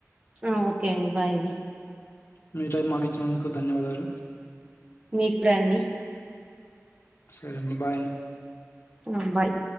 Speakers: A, on the right; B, on the left.
A: ఆ ఓకే అండి బాయ్ అండి
B: మీ టైం మాకు ఇచ్చినందుకు ధన్యవాదాలు
A: మీకూడా అండి
B: సరే అండి బాయ్ అండి
A: ఆ బాయ్